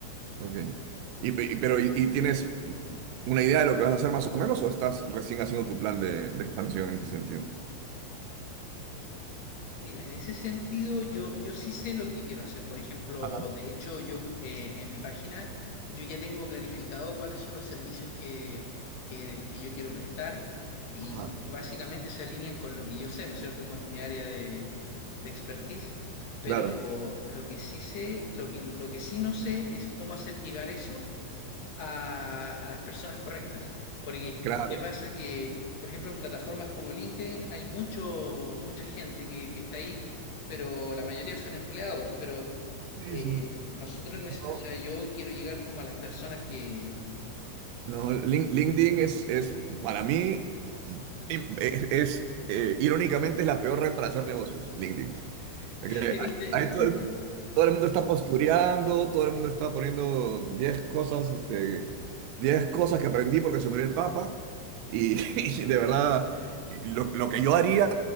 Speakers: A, on the right (about 85°); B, on the left (about 60°).
A: Ok. Y, pe- y- pero, y, y tienes una idea de lo que vas a hacer más o menos o estás recién haciendo tu plan de, de expansión en ese sentido?
B: Mira, en ese sentido yo, yo sí sé lo que quiero hacer. Por ejemplo,
A: Ajá.
B: de hecho, yo eh, en mi página yo ya tengo clarificado cuáles son los servicios que, que, que yo quiero prestar y
A: Ajá.
B: básicamente se alinean con lo que yo sé, ¿no es cierto?, con mi área de, de expertise. Pero
A: Claro,
B: lo que sí sé, lo que, lo que sí no sé es cómo hacer llegar eso a, a las personas correctas. Porque,
A: claro.
B: ¿qué pasa? Que, por ejemplo, en plataformas como LinkedIn hay mucho, mucha gente que, que está ahí, pero la mayoría son empleados. Pero
A: Sí,
B: eh,
A: sí.
B: nosotros, nece-
A: No,
B: o sea, yo quiero llegar como a las personas que, <laughs>
A: no, Lin- LinkedIn es, es para mí, es, es, eh, irónicamente, es la peor red para hacer negocios, LinkedIn. Porque
B: ¿viste? ¿Viste?
A: ahí todo el, mu- todo el mundo está postureando, todo el mundo está poniendo 10 cosas, este, 10 cosas que aprendí porque se murió el Papa. Y, <laughs> y de verdad, lo, lo que yo haría,